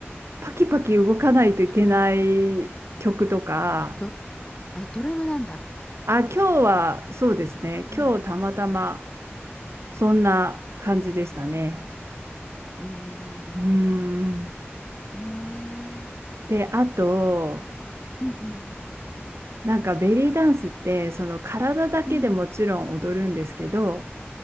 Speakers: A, on the right (about 75°); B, on the left (about 20°).
A: パキパキ動かないといけない曲とか、
B: ど、あ、ドラムなんだ。
A: あ、今日はそうですね。
B: うん。
A: 今日たまたまそんな感じでしたね。
B: うんうんう
A: うーん。
B: んうんうんうん。へえ。
A: で、あと、
B: うんうん
A: なんかベリーダンスってその体だけでもちろん踊るんですけど、
B: うん